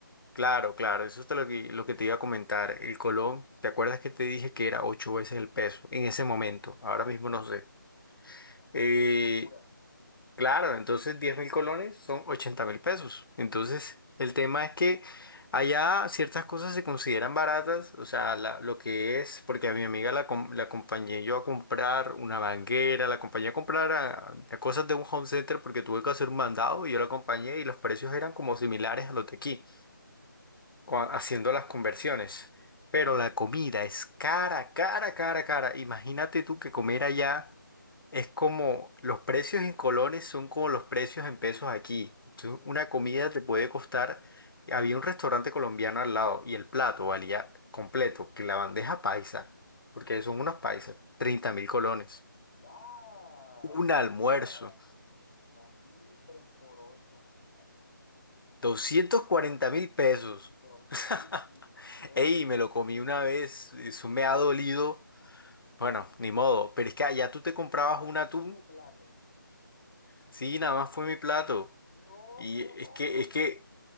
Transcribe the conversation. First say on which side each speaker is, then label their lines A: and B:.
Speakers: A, on the left (about 75°); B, on the left (about 20°).
A: claro, claro, eso es lo que, lo que te iba a comentar. El colón, ¿te acuerdas que te dije que era ocho veces el peso en ese momento? Ahora mismo no sé.
B: Imagínate,
A: Eh,
B: una locura.
A: Claro, entonces diez mil colones son ochenta mil pesos. Entonces, el tema es que allá ciertas cosas se consideran baratas, o sea, la- lo que es, porque a mi amiga la, com- la acompañé yo a comprar una banguera, la acompañé a comprar a, a cosas de un home center porque tuve que hacer un mandado y yo la acompañé y los precios eran como similares a los de aquí cua- haciendo las conversiones. Pero la comida es cara, cara, cara, cara. Imagínate tú que comer allá es como los precios en colones son como los precios en pesos aquí. Entonces, una comida te puede costar. Había un restaurante colombiano al lado y el plato valía completo, que la bandeja paisa, porque
B: Ujú.
A: son unos paisas, treinta mil colones.
B: Ah,
A: Un
B: o
A: almuerzo,
B: sea, casi 3 por 8 imagínate.
A: doscientos cuarenta mil pesos.
B: Groserísimo,
A: <laughs>
B: groserísimo.
A: Ey, me lo comí una vez, eso me ha dolido Bueno, ni modo, pero es que allá tú te comprabas
B: Nada
A: un
B: más
A: atún,
B: fue tu plato.
A: sí, nada más fue mi plato.
B: No.
A: Y es que, es que
B: <laughs>